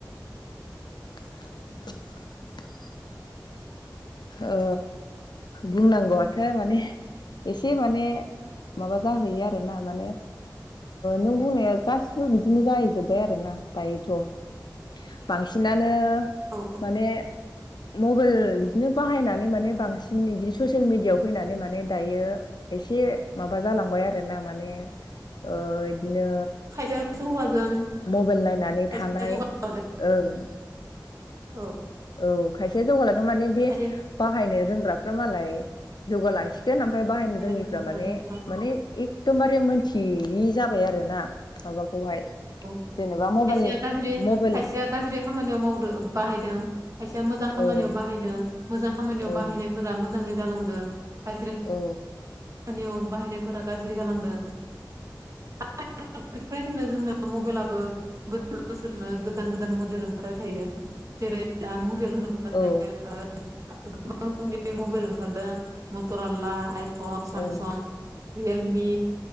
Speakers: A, on the left; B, on the right.
A: <inaudible> अ बुंनांगौआथो माने एसे माने माबा जाहैयो आरो ना माने नों बुंनाया गासिबो बिदिनो जाहैजोब्बाय आरो ना दायो' बांसिनानो
B: औ
A: माने मबाइल बिदिनो बाहायनानै माने बांसिन बिदिनो ससियेल मिेडियाआव फैनानै माने दायो। एसे माबा जालांबाय आरोना माने ओ इदिनो
B: खायसेया जौगादों।
A: मबाइल नायनानै
B: खायसेया
A: थानाय
B: जौगादों
A: ओं
B: औ।
A: औ खायसेया जौगाालांदों माने बे
B: खायसे
A: बाहायनो रोंग्राफ्रा मालाय जौगाालांसिगोन। थगोन ओमफ्राय बाहायनो रोङिफ्रा
B: रोंग्राफोरा
A: माने
B: जौगादों
A: माने एखदमबारे मोनथियि जाबाय आरो ना? माबाखौहाय
B: औ
A: जेनेबा मबाइल
B: खायसेया गाज्रि
A: मबाइल
B: खायसेया गाज्रि खामानियाव मावग्रो मावदों बाहायदों खायसेया मोजां खामानियाव
A: ओं
B: बाहायदों मोजां खामानियाव
A: ओं
B: बाहायनायफोर मोङै जालांदों दा
A: औ।
B: बाहायनायफोरा गाज्रि जालांदों <unintelligible> मबाइलाबो बोसोर बोसोरनो गोदान गोदान मडेल ओंखारबाय थायो। जेरै दा मदेलनो
A: औ।
B: <unintelligible> मबाइल ओंखारदों मटर आलला आइफन फन
A: ओं
B: सामसं, रियेलमि